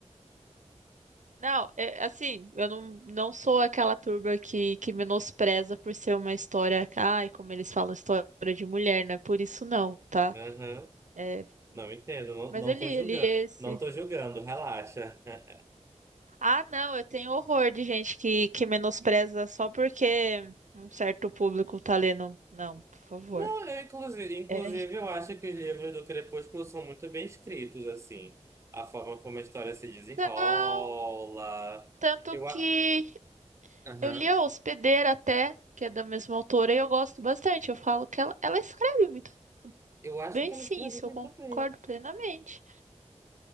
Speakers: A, on the right (about 80°); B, on the right (about 25°).
A: Não, é, assim, eu não, não sou aquela turba que, que menospreza por ser uma história. Ai, como eles falam, história de mulher, não é por isso não, tá?
B: Aham.
A: É,
B: Não entendo, não,
A: mas
B: não
A: eu li,
B: tô julgando.
A: eu li esse.
B: Não tô julgando, relaxa. <laughs>
A: Ah, não, eu tenho horror de gente que, que menospreza só porque um certo público tá lendo. Não, por favor.
B: Não, eu, inclusive, inclusive,
A: É.
B: eu acho que os livros do Crepúsculo são muito bem escritos, assim. A forma como a história se desenrola.
A: Não, tanto
B: Eu, a...
A: que
B: Aham.
A: eu li a Hospedeira até, que é da mesma autora, e eu gosto bastante. Eu falo que ela, ela escreve muito
B: Eu acho
A: bem,
B: que ela
A: sim,
B: escreve
A: isso
B: muito
A: eu concordo
B: bem.
A: plenamente.